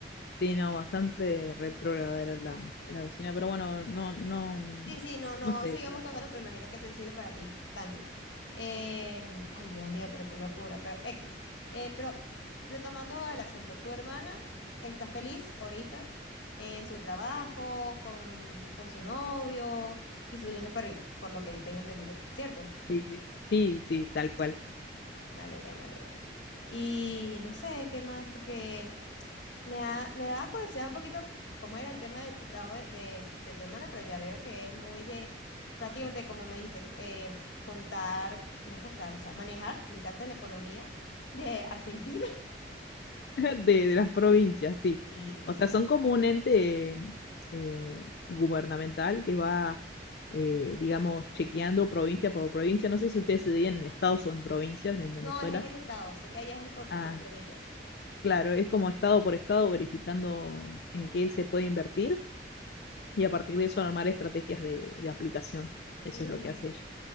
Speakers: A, on the left; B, on the left.
A: Sí, no, bastante retrógrada era la, la vecina, pero bueno, no, no,
B: Sí, sí, no, no,
A: no sé,
B: sigamos
A: ya.
B: tocando, pero imagino que es sensible para ti, tranqui. Em, ay, Dios mío, pero qué locura, pero X. Eh, pero retomando el asunto, tu hermana está feliz ahorita en su trabajo, con, con su novio y su lindo perrito, por lo que yo tengo entendido, ¿cierto?
A: Sí, sí. Sí, sí, tal cual.
B: Me alegro, me alegro. Y no sé, ¿qué más? Porque... Me, da- me daba curiosidad un poquito cómo era el tema de tu trabajo de, de- de tu hermana, pero ya veo que es muy de, prácticamente como me dijiste, eh, contar, no contar, o sea, manejar literalmente la economía de Argentina. <laughs>
A: de, de las provincias, sí.
B: Sí, sí,
A: O
B: pero
A: sea, son
B: no.
A: como un ente eh, gubernamental que va, eh, digamos, chequeando provincia por provincia. No sé si ustedes se dirían en estados o en provincias en Venezuela.
B: No, es en estado, sé que allá es por,
A: Ah,
B: por provincias.
A: claro, es como estado por estado verificando en qué se puede invertir y a partir de eso armar estrategias de, de aplicación. Eso
B: Mm.
A: es lo que hace ella.